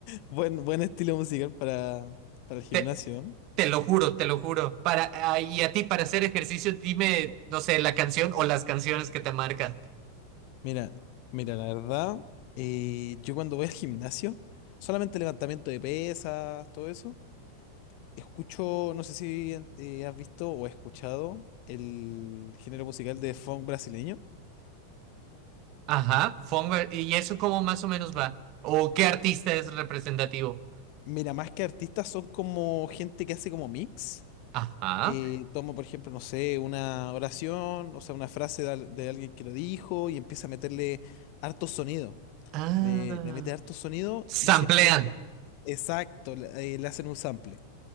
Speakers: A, on the left; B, on the right.
A: Buen, buen estilo musical para, para el gimnasio.
B: Te,
A: ¿eh?
B: te lo juro, te lo juro. Para, ah, y a ti, para hacer ejercicio, dime, no sé, la canción o las canciones que te marcan.
A: Mira, mira, la verdad, eh, yo cuando voy al gimnasio, solamente levantamiento de pesas, todo eso, escucho, no sé si eh, has visto o escuchado el género musical de funk brasileño.
B: Ajá, Fonver, ¿y eso cómo más o menos va? ¿O qué artista es representativo?
A: Mira, más que artistas son como gente que hace como mix.
B: Ajá.
A: Eh, toma, por ejemplo, no sé, una oración, o sea, una frase de, al- de alguien que lo dijo y empieza a meterle harto sonido.
B: Ah,
A: Le, le mete harto sonido
B: samplean.
A: y siempre hay como... Exacto, le eh, le hacen un sample.